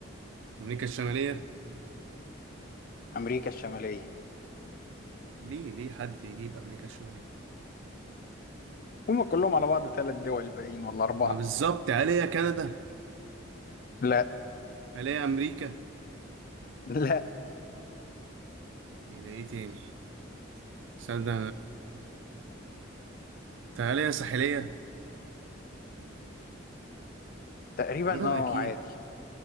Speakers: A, on the right (about 70°); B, on the left (about 45°).
A: امريكا الشماليه
B: امريكا الشمالية
A: ليه ليه حد يجيب امريكا الشماليه
B: هما كلهم على بعض ثلاث دول باقيين ولا اربعة
A: ما بالظبط عليها كندا
B: لا
A: عليها امريكا
B: لا
A: ايه ده ايه تاني صدق تعالى يا ساحلية
B: تقريبا
A: تقريبا
B: اه
A: أكيد
B: عادي